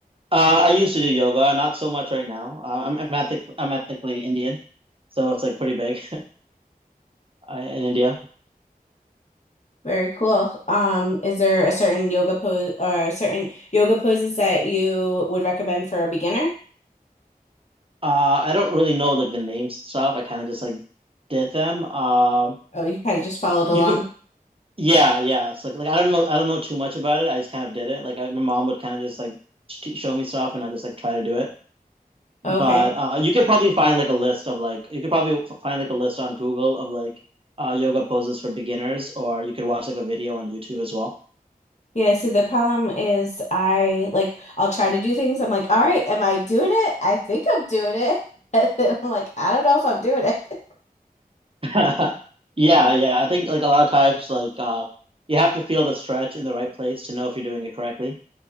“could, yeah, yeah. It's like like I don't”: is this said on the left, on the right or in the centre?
Right